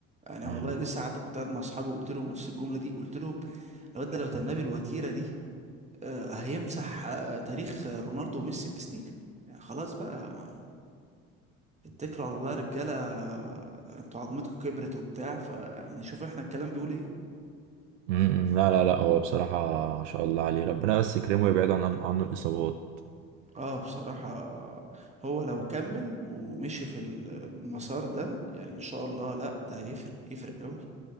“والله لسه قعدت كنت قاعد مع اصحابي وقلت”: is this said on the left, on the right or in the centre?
Right